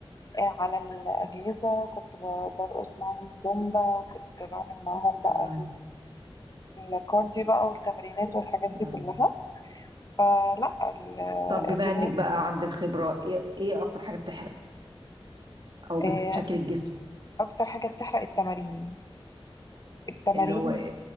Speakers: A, on the left; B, on the right.
A: آه، على الأجهزة كنت ب- برقص معاهم زومبا وكنت بعمل معاهم بقى
B: مم.
A: الكارديو بقى والتمرينات والحاجات دي
B: مم.
A: كلها فلا ال-
B: طب بما
A: الرياضة
B: انك بقى عندك خبرة ايه إيه اكتر حاجة بتحرق او بتشكل
A: آه،
B: الجسم
A: أكتر حاجة بتحرق التمارين التمارين
B: اللي هو